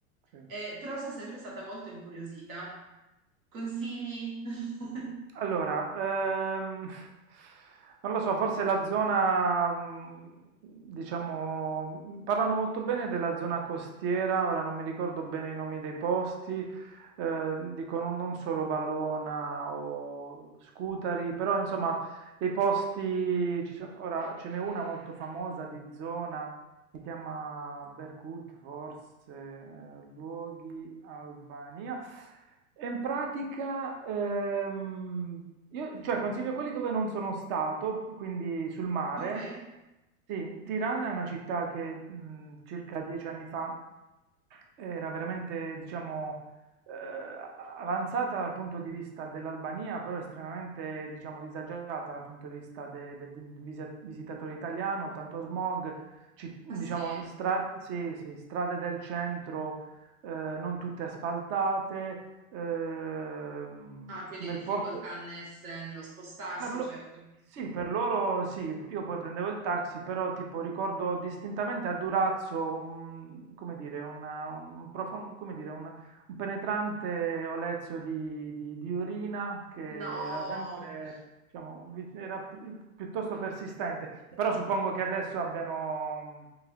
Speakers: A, on the right (about 30°); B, on the right (about 70°).
A: sì.
B: Eh, però sono sempre stata molto incuriosita. Consigli? <laughs>
A: Allora, ehm, <laughs> non lo so, forse la zona, mm, diciamo, mm, parlano molto bene della zona costiera, ora non mi ricordo bene i nomi dei posti, eh, dicono non non solo Vallona o Scutari, però insomma, dei posti, ci sono, ora ce n'è una molto famosa di zona si chiama Berkut, forse eh, luoghi Albania. E in pratica, ehm, io cioè, consiglio quelli dove non sono stato, quindi sul mare.
B: Ok.
A: Sì, Tirana è una città che mh, circa dieci anni fa era veramente, diciamo, eh, a- avanzata dal punto di vista dell'Albania, però estremamente, diciamo, disagiata dal punto di vista de- de- di un visi- visitatore italiano, tanto smog, ci- diciamo,
B: Ah sì.
A: stra- sì, sì, strade del centro eh, non tutte asfaltate, ehm,
B: Ah, quindi
A: nel
B: difficoltà
A: porto...
B: annesse nello spostarsi,
A: Per lo-
B: certo.
A: Sì, per loro sì, io poi prendevo il taxi, però tipo ricordo distintamente a Durazzo un, come dire, una- un, profo- come dire, un- un penetrante olezzo di, di- di urina che
B: No,
A: era sempre, diciamo, vi- era pi- piuttosto persistente, però suppongo che adesso abbiano, mh,